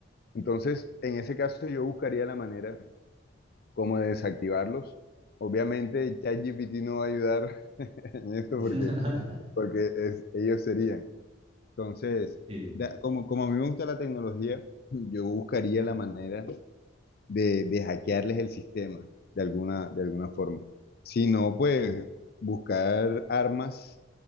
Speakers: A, on the left; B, on the right.
A: Entonces, en ese caso yo buscaría la manera como de desactivarlos. Obviamente ChatGPT no va a ayudar <laughs> en esto
B: <laughs>
A: porque, porque es- ellos serían. Entonces,
B: Sí.
A: da- como, como a mí me gusta la tecnología, <laughs> yo buscaría
B: Ujú.
A: la manera de, de hackearles el sistema de alguna, de alguna forma. Si no, pues buscar armas